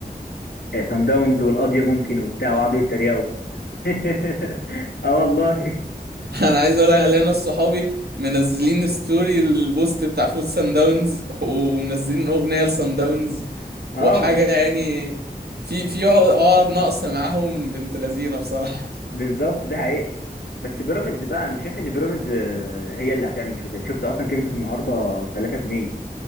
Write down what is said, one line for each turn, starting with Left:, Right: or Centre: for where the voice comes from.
Left: آه، سان داونز والقضيه ممكن وبتاع وقعدوا يتريقوا <laughs> اه والله
Right: انا عايز اقول لك علينا ناس صحابي منزلين ستوري البوست بتاع فوز سان داونز ومنزلين أغنية لسان داونز وحاجة
Left: اه
Right: يعني في في عقد عقد ناقص معاهم بنت لذينه بصراحة
Left: بالظبط ده حقيقة بس بيراميدز بقى انا شايف ان بيراميدز آه، هي اللي هتعمل شغل شفت اصلا كسبت النهارده 3 2